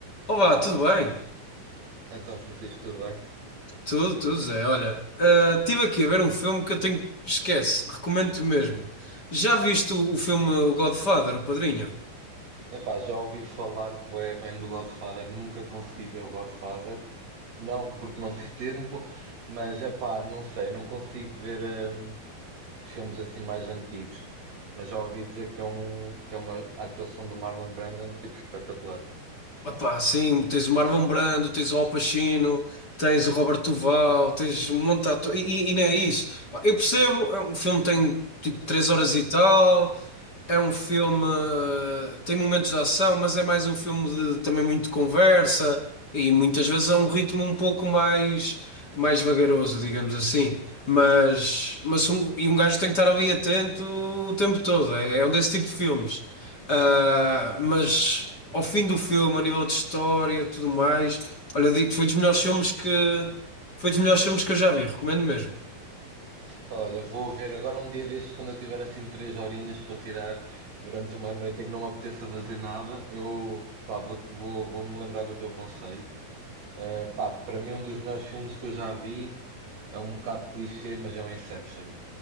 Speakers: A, on the left; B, on the right.
A: Olá, tudo bem?
B: Então, Francisco, tudo bem?
A: Tudo, tudo, Zé. Olha, ah, estive aqui a ver um filme que eu tenho. Esquece, recomendo-te mesmo. Já viste o, o filme Godfather, O Padrinho?
B: Epá, já ouvi falar bué bem do Godfather, nunca consegui ver o Godfather. Não porque não <laughs> tenho tempo, mas epá, não sei, não consigo ver hum, filmes assim mais antigos. Mas já ouvi dizer que é um, que é uma atuação do Marlon Brando tipo espetacular.
A: Epá, sim, tens o Marlon Brando, tens o Al Pacino, tens o Robert Duval, tens um monte de atores, e, e- e não é isso. Pá, Eu percebo, é um filme que tem tipo 3 horas e tal, é um filme, eh, tem momentos de ação, mas é mais um filme de também muito conversa e muitas vezes é um ritmo um pouco mais, mais vagaroso, digamos assim. Mas, mas um, e um gajo tem que estar ali atento o tempo todo, é, é um desse tipo de filmes. Ah, mas ao fim do filme, a nível de história e tudo mais, olha, eu digo que foi dos melhores filmes que foi dos melhores filmes que eu já vi, recomendo mesmo.
B: Pá, olha, vou ver agora um dia destes quando eu tiver assim três horinhas para tirar durante uma noite em que não me apeteça fazer nada, eu pá, vou, vou, vou-me lembrar do teu conselho Uh, pá, para mim, um dos melhores filmes que eu já vi é um bocado clichê, mas é o Inception.